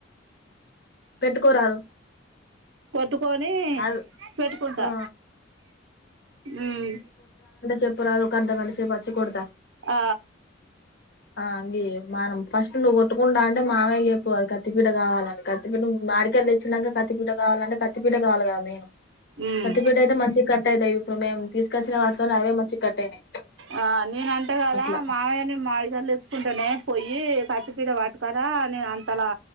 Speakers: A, on the left; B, on the right.
A: పెట్టుకోరాదు
B: కొట్టుకొని
A: అవ్
B: పెట్టుకుంటా
A: ఆ
B: మ్మ్
A: చెప్పరాదు ఒక అర్ధగంట సేపు అచ్చి కొడతా
B: ఆ
A: ఆ అది మానం ఫస్ట్ నువ్వు కొట్టుకుంటా అంటే మామయ్య కు చెప్పు. అది కత్తిపీట కావాలని, కత్తి పి మాడికాయలు తెచ్చినంక కత్తిపీట కావాలంటే కత్తి పీట కావాలి కదా మేను
B: ఉమ్
A: కత్తిపీట అయితే మంచి కట్ అయితాయి ఇప్పుడు మేము తీసుకొచ్చిన వాటితోనే అవే మంచి కట్ అయినాయి
B: ఆ నేను అంట కదా,
A: అట్లా
B: మావయ్య నే మామిడికాయలు తెచ్చుకుంటనే పొయ్యి కత్తిపీట పట్టుకరా, నేను అంతలా